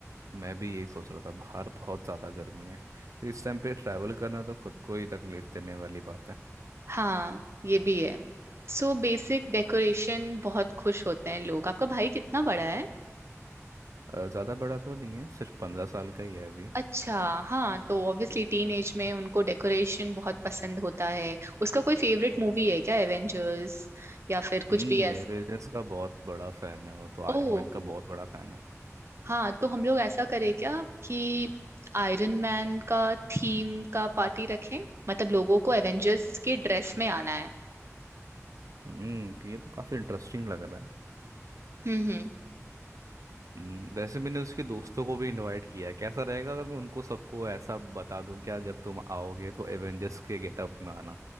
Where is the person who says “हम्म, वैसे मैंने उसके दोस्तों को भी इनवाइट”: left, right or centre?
Right